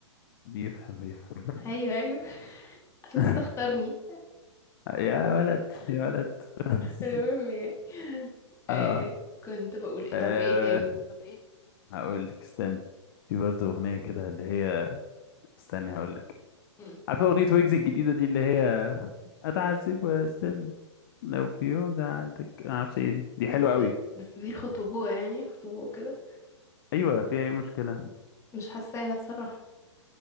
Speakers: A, on the left; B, on the left.
A: بيفهم بيفهم
B: ايوه ايوه <laughs> عشان
A: <laughs>
B: كده اختارني
A: يا ولد يا ولد <laughs>
B: المهم يعني آه
A: اه
B: كنت بقول إيه-
A: آه،
B: طب ايه تاني
A: هقول لك استني في برضه اغنيه كده اللي هي استني هقول لك
B: مم.
A: عارفه اغنيه ويجز الجديده دي اللي هي اتعذب واستنى لو في يوم زعلتك ما اعرفش ايه دي دي حلوه
B: بس
A: قوي
B: بس دي خطوبة يعني خطوبة كده
A: ايوه فيها ايه مشكله
B: مش حاساها الصراحة